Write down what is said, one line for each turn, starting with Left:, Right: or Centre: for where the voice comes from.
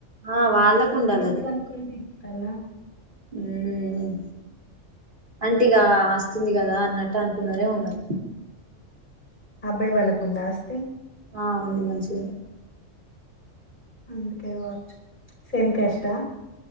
Right: ఆ వాళ్ళకు ఉండాలి
Left: ఎంతనుకు ఇతలా
Right: మ్మ్ అంటిగా ఆస్తుంది కదా అన్నట్టు అనుకున్నారేమో మరి
Left: అబ్బాయి వాళ్ళకు ఉందా ఆస్తి
Right: ఆ ఉంది మంచిగనే
Left: అందుకే కాచ్చు సేమ్ క్యాస్టా